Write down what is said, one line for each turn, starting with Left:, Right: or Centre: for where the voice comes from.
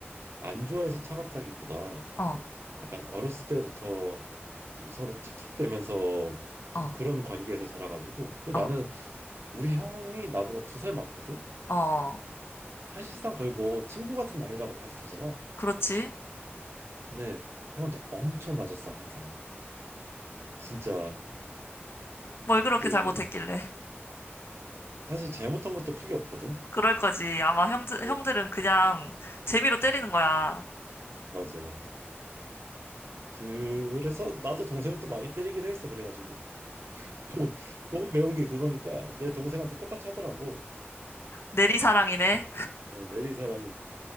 Right: 안 좋아해서 차갑다기보다
Left: 어.
Right: 약간 어렸을 때부터 좀 서로 틱틱대면서 좀
Left: 어.
Right: 그런 관계에서 자라가지고. 그리고
Left: 어,
Right: 나는 우리 형이 나보다 두 살 많거든.
Left: 어,
Right: 사실상 거의 뭐 친구 같은 나이라고 봐도 되잖아.
Left: 그렇지.
Right: 근데 형한테 엄청 맞았어 항상. 진짜
Left: 뭘 그렇게
Right: 그
Left: 잘못했길래.
Right: 사실 잘못한 것도 크게 없거든.
Left: 그럴 거지. 아마 형들,
Right: 어,
Left: 형들은 그냥 재미로 때리는 거야.
Right: 맞아. 그래서 나도 동생이 또 많이 때리기도 했어 그래가지고. 보고, 보고 배운 게 그거니까 내 동생한테 똑같이 하더라고.
Left: 내리사랑이네.
Right: 어, 내리사랑이지.